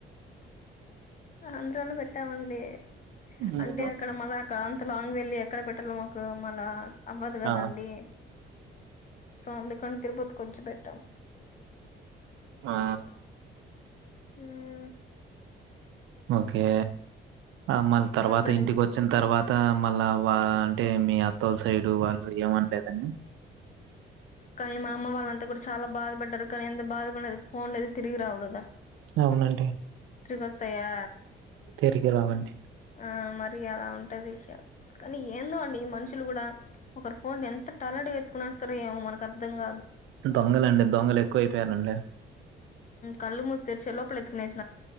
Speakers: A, on the left; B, on the right.
A: ఆంధ్రాలో పెట్టామండి
B: ఉమ్,
A: అంటే అక్కడ మల్ల కాన్ లాంగ్ వెళ్లిి ఎక్కడ పెట్టాలో మాకు మళ్ళ అవ్వదు కదండి
B: ఆ
A: సో అందుకని తిరుపతి కూర్చుపెట్టాం
B: ఆ
A: ఉమ్
B: ఓకే ఆ మళ్ళీ
A: అలా
B: తర్వాత
A: జరిగి
B: ఇంటికి వచ్చిన తర్వాత మళ్ళా అంటే మీ అ తొలసైడు వాళ్ళు ఏమనలేదండి
A: కానీ మా అమ్మ వాళ్ళంతా కూడా చాలా బాధపడ్డారు కనీ ఎంత బాధ పడిన ఫోన్లు అది తిరిగి రావు కదా
B: అవునండి
A: తిరిగివస్తాయా
B: తిరిగి రామండి
A: ఆ మరి అలా ఉంటుంది విషయాలు కానీ ఏందో అండి ఈ మనుషులు కూడా ఒకరు ఫోన్ ఎంత టాలెంట్ గా ఎత్తుకునేస్తారో ఏం మనకి అర్థం కాదు
B: దొంగల అండి దొంగలు ఎక్కువ అయిపోయారంండి
A: కళ్ళు మూసి తెరిచే లోపు ఎత్తుకునేసి